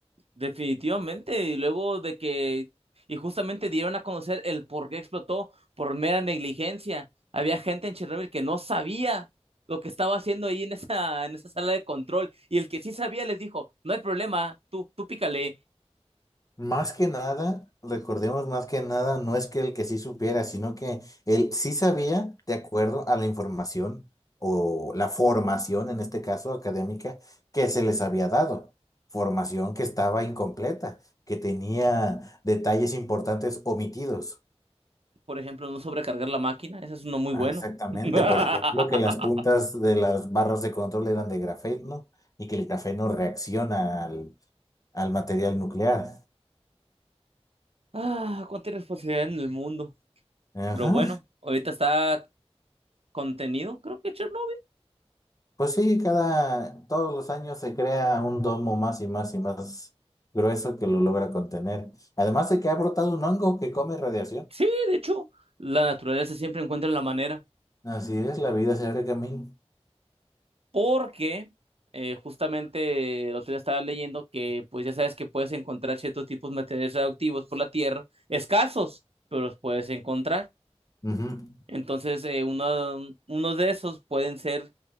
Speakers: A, on the right; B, on the left.
A: Definitivamente, y luego de que, y justamente dieron a conocer el por qué explotó por mera negligencia. Había gente en Chernobyl que no sabía lo que estaba haciendo ahí en esa, en esa sala de control, y el que sí sabía les dijo, no hay problema, tú, tú pícale,
B: Más que nada, recordemos más que nada, no es que el que sí supiera, sino que él sí sabía de acuerdo a la información o la formación, en este caso académica, que se les había dado. Formación que estaba incompleta, que tenía detalles importantes omitidos.
A: por ejemplo, no sobrecargar la máquina, ese es uno muy
B: Ah,
A: bueno.
B: Exactamente,
A: <laughs>
B: por ejemplo, que las puntas de las barras de control eran de grafeno y que el grafeno reacciona al, al material nuclear.
A: Ah, cuánta irresponsabilidad en el mundo.
B: Ajá.
A: Pero bueno, ahorita está contenido, creo que Chernobyl.
B: Pues sí, cada, todos los años se crea un domo más y más y más grueso que lo logra contener. Además de que ha brotado un hongo que come radiación.
A: Sí, de hecho, la naturaleza siempre encuentra la manera.
B: Así es, la vida se abre camino.
A: porque eh, justamente el otro día estaba leyendo que pues ya sabes que puedes encontrar ciertos tipos de materiales radioactivos por la Tierra, escasos, pero los puedes encontrar.
B: Ujú.
A: Entonces, eh, uno, unos de esos pueden ser